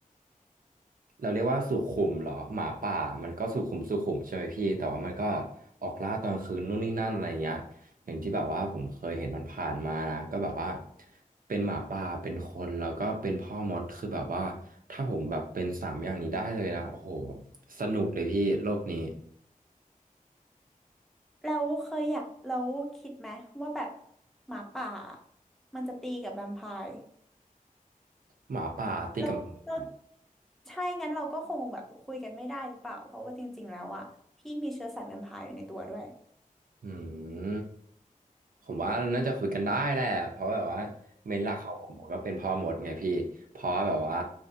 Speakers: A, on the right; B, in the centre.
A: เราเรียกว่าสุขุมเหรอหมาป่ามันก็สุขุมสุขุมใช่ไหมพี่แต่ว่ามันก็ออกล่าตอนกลางคืนนู่นนี่นั่นอะไรเงี้ยอย่างที่แบบว่าผมเคยเห็นมันผ่านๆมานะก็แบบว่าเป็นหมาป่าเป็นคนแล้วก็เป็นพ่อมดคือแบบว่าถ้าผมแบบเป็นสามอย่างนี้ได้เลยนะโอ้โหสนุกเลยพี่โลกนี้
B: แล้วเคยอยากแล้วคิดไหมว่าแบบหมาป่ามันจะตีกับแวมไพร์
A: หมาป่าติดกับหมาป่า
B: เราเราใช่กันเราก็คงแบบคุยกันไม่ได้หรือเปล่าเพราะว่าจริงๆแล้วอ่ะพี่มีเชื้อสายแวมไพร์อยู่ในตัวด้วย
A: อืม ผมว่าน่าจะคุยกันได้แหละเพราะแบบว่าเมนหลักของผมผมก็เป็นพ่อมดไงพี่ เพราะว่าแบบว่า